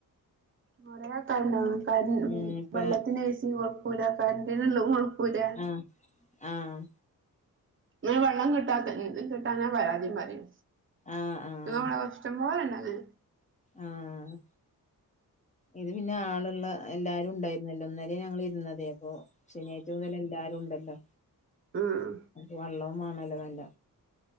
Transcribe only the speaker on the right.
കൊറേൾകാരണ്ട് ക
വെള്ളത്തിൻ്റെ പൈസയും കൊട്ക്കൂല്ല കറൻ്റിനുള്ളതും കൊട്ക്കൂല്ല
ഇന്നാ വെള്ളം കിട്ടാത്ത കിട്ടാഞ്ഞാ പരാതിം പറിം
ന്നാവടെഷ്ടം പോലണ്ടത്
ഉം ഉം